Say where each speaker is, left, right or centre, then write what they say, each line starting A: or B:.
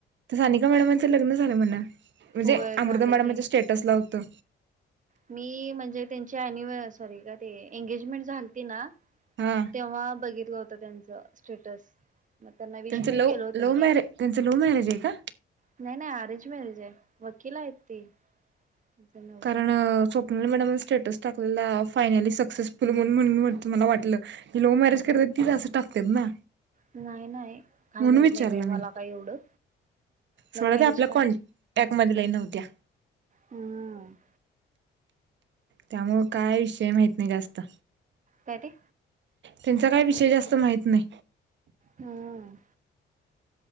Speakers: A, on the right (about 65°); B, on the right (about 40°).
A: सानिका मॅडमांचं लग्न झालं म्हण म्हणजे
B: होय
A: अमृता
B: झालं
A: मॅडमच्या
B: की
A: स्टेटस ला होतं
B: मी म्हणजे त्यांची अनिव्ह सॉरी का ते एंगेजमेंट झालती ना
A: हा
B: तेव्हा बघितलं होत त्यांचं स्टेटस मग त्यांना विश
A: त्यांचं
B: पण
A: लव
B: केलं होत
A: लव्ह
B: मी
A: मॅरेज त्यांचं लव्ह मॅरेज आहे का
B: नाही नाही अरेंज अरेंज मॅरिज हाय वकील आहेत ती त्यांचा नवरा
A: कारण स्वपणाली नाही मॅडम स्टेटस टाकलेला फायनली सक्सेसफुल म्हण म्हणून मला वाटलं की लव्ह मॅरेज करत तीच असं टाकतात ना
B: नाही नाही काय
A: म्हणून
B: माहत
A: विचारलं
B: नाही बा
A: मी
B: मला काय एवढं लव्ह
A: सोडा
B: मॅरेज
A: ते आपल्या कॉन्टॅक्ट मध लही नव्हत्या
B: हम
A: त्यामुळ काय विषय माहत नाही जास्त
B: काय ते.
A: त्यांचा काही विषय जास्त माहत नाही.
B: हम्म.